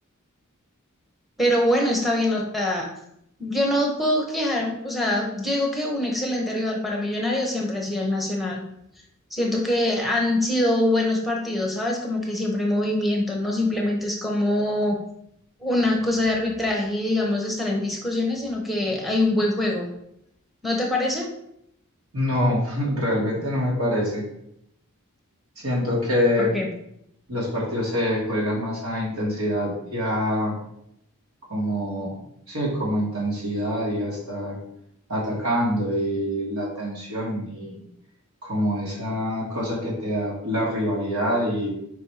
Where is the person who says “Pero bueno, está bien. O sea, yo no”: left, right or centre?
Centre